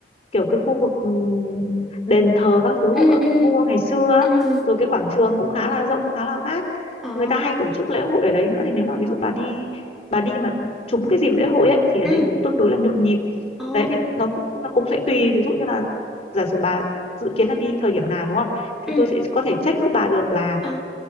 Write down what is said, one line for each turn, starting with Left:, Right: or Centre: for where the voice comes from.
Left: kiểu cái khu vực ừm, đền thờ các thứ của
Centre: ừ
Left: các
Centre: ừ
Left: vị vua ngày xưa á.
Centre: ừ.
Left: rồi cái quảng trường cũng khá là rộng khá là mát
Centre: Ờ.
Left: người ta hay tổ chức lễ hội ở đấy nữa thì nếu mà ví dụ bà đi bà đi mà trúng cái dịp lễ hội ấy thì ở
Centre: Ừ.
Left: đấy cũng tương đối là nhộn nhịp
Centre: Ờ.
Left: đấy thì nó cũng nó cũng sẽ tùy ví dụ như là giả sử bà dự kiến là đi thời điểm nào đúng không thì
Centre: Ừ.
Left: tôi sẽ có thể check giúp bà được là
Centre: Ờ.